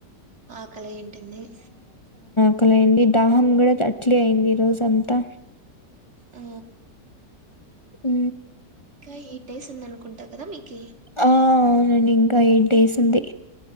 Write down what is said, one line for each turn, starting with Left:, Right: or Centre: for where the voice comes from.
Right: అలా ఏం తినేయ్
Left: ఆకలి అయింది దాహం కూడా అట్లే అయింది ఈ రోజు అంతా
Right: ఆ
Left: ఊ
Right: ఇంకా ఎయిట్ డేస్ ఉంది అనుకుంటా కదా మీకీ
Left: ఆ అవునండి ఇంకా ఎయిట్ డేస్ ఉంది